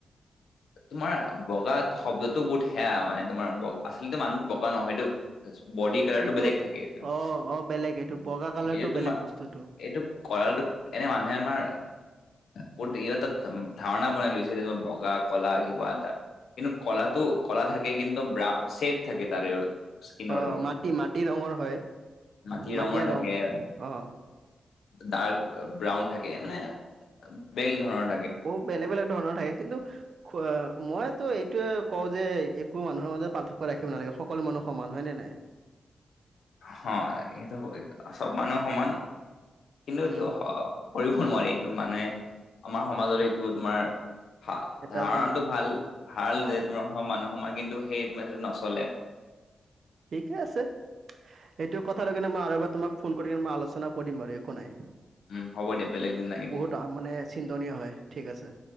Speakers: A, on the left; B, on the right.
A: তোমাৰ বগাত শব্দটো বহুত সেয়া মানে তোমাৰ ব আচলতে মানুহ বগা নহয়টো। বডি কালাৰটো
B: এইটো
A: বেলেগ থাকে <unintelligible>
B: অ অ বেলেগ এইটো বগা কালাৰটো
A: সেইয়ে তোমাৰ
B: বেলেগ বস্তুটো
A: এইটো কলাটোক এনে মানুহে আমাৰ বহুত দেৰি হতক ধাম ধাৰনা বনাই লৈছে মই বগা কলা কিবা এটা, কিন্তু কলাটো কলা থাকে কিন্তু চেফ থাকে তাৰে। স্কিনৰো
B: অ মাটি মাটি ৰঙৰ হয়
A: মাটি
B: মাটিয়া
A: ৰঙৰ থাকে
B: ৰং অ।
A: ডাৰ্ক ব্ৰাউন থাকে মানে বেল ধৰ-
B: বহু বেলেগ বেলেগ ধৰণৰ থাকে কিন্তু খোৱা, মইতো এইটোয়ে কওঁ যে একো মানুহৰ মাজত পাৰ্থক্য ৰাখিব নালাগে, সকলো মানুহ সমান হয় নে নাই?
A: হয়, এইটো চব মানুহ সমান। কিন্তু
B: উম,
A: এইটো কৰিব নোৱাৰি এইটো মানুহে, আমাৰ সমাজত এইটো তোমাৰ ভা
B: এটা
A: ধাৰণটো
B: তোমাৰ
A: ভাল, ভাল
B: অ,
A: যে তোমাৰ মানুহ সমা কিন্তু সে সেইটো নচলে।
B: এইকে আছে। ইটো কথা লৈ কিনে মই আৰু এবাৰ তোমাক ফোন কৰিম মই আলোচনা কৰিম বাৰু একো নাই।
A: উম, হ'ব দিয়া বেলেগ দিন নাহিবি।
B: তাৰমানে চিন্তনীয় হয় ঠিক আছে।